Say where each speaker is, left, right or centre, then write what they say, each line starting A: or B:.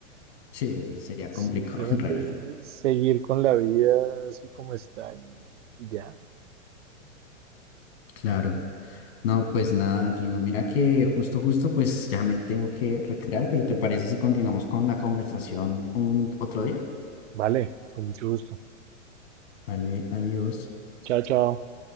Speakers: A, on the left; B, on the right.
A: Sí, sería complicado
B: Simplemente
A: <laughs> en realidad.
B: seguir con la vida así como está y y ya.
A: Claro. No, pues nada, Gino. Mira que justo, justo, pues ya me tengo que retirar, pero ¿te parece si continuamos con la conversación un otro día?
B: Vale, con mucho gusto.
A: Vale, adiós.
B: Chao, chao.